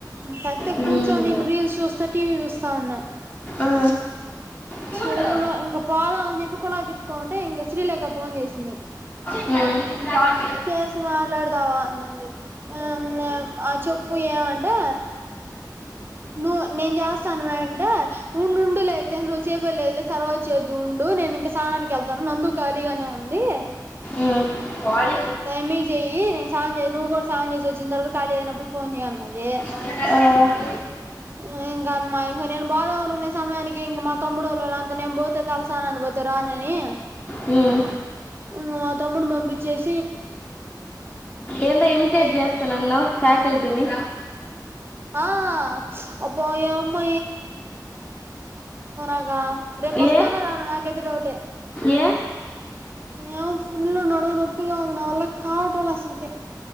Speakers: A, on the right; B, on the left.
A: ఇంకంతే
B: ఉమ్
A: కూర్చొని ఇప్పుడు రీల్స్ చూస్తా టీవీ చూస్తా ఉన్నా
B: ఆ చూడు
A: చేయలే ఇంకా పోదాం అని చెప్పి కుళాయి తిప్పుకోంటే ఇంకా శ్రీలేఖ ఫోన్ చేసింది
B: ఉహ్మ్మ్
A: చేసి మాట్లాడతావ అన్నది ఆ మేమ్ ఆ చెప్పు ఏవంటే నువ్ నేన్ జేస్తాన్ వేన్ టే ఉండుండులయితే నువ్ చెయ్ బెల్ లెయ్ లే తర్ వ చేద్దు ఉండు నేనింక సానాన్ కెల్ తాను నందు ఖాళీగానే ఉందీ
B: ఉమ్ క్వాల్
A: దామీ జేయి నేన్ సాన్ జెయ్ నువ్ గూడ సాన్ జేసోచ్చిన్ దరవద ఖాళీ ఐనప్పుడు ఫోన్ జేయ్ అన్నది
B: ఆ ఆ
A: ఈ ఇంగ మైఇంగ నేన్ బోదమ్ అనుకునే సమయానికి ఇంగ మా తొమ్ముడోలోల్ ళ్ళంతా నేన్ బోతే తల్ సానాన్ బో ఒతే రాన్ అనీ
B: హ్మ్
A: ఉంగ్ మా తమ్ముడ్ను బంబిశేస్
B: ఏందో ఇమ్
A: పైకి
B: టెట్ జేస్తనన్నవ్ ఫ్యాకల్ టిని
A: ఆ అబ్బా ఓయమ్మ అగా రేపోస్తానో
B: ఏ
A: రానో నాకైతే డౌటే
B: ఏ
A: ఏవ్ ఫుల్లు నడువ్ నొప్పిగా ఉంద్ నా వల్ల కావటలే అసల్ కే